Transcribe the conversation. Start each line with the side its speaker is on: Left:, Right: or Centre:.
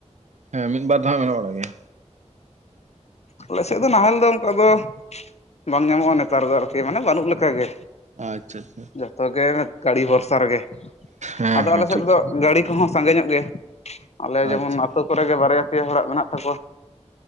Right: ᱦᱮᱸ ᱢᱤᱫ ᱵᱟᱨ ᱫᱚ ᱦᱟᱜ ᱢᱮᱱᱟᱜ ᱵᱟᱲᱟᱜ ᱜᱮᱭᱟ᱾
Left: ᱚᱸ ᱟᱞᱮ ᱥᱮᱫ ᱫᱚ ᱱᱟᱦᱮᱞ ᱫᱚ ᱚᱱᱠᱟ ᱫᱚ ᱵᱟᱝ ᱧᱟᱢᱚᱜᱼᱟ ᱱᱮᱛᱟᱨ ᱫᱚ ᱟᱨᱠᱤ ᱢᱟᱱᱮ ᱵᱟᱹᱱᱩᱜ ᱞᱮᱠᱟᱜᱮ᱾
Right: ᱟᱪᱪᱷᱟ ᱟᱪᱪᱷᱟ᱾
Left: ᱡᱷᱚᱛᱚ ᱜᱮ ᱜᱟᱹᱲᱤ ᱵᱷᱚᱨᱥᱟ ᱨᱮᱜᱮ,
Right: ᱦᱮᱸ
Left: ᱟᱫᱚ
Right: ᱦᱮᱸ
Left: ᱟᱞᱮ ᱥᱮᱫ
Right: ᱴᱷᱤᱠ
Left: ᱫᱚ ᱜᱟᱹᱲᱤ ᱠᱚᱦᱚᱸ ᱥᱟᱸᱜᱮ ᱧᱚᱜ ᱜᱮᱭᱟ, ᱟᱞᱮ ᱡᱮᱢᱚᱱ
Right: ᱟᱪᱪᱷᱟ
Left: ᱟᱹᱛᱳ ᱠᱚᱨᱮ ᱜᱮ ᱵᱟᱨᱭᱟ ᱯᱮᱭᱟ ᱦᱚᱲᱟᱜ ᱢᱮᱱᱟᱜ ᱛᱟᱠᱚᱣᱟ,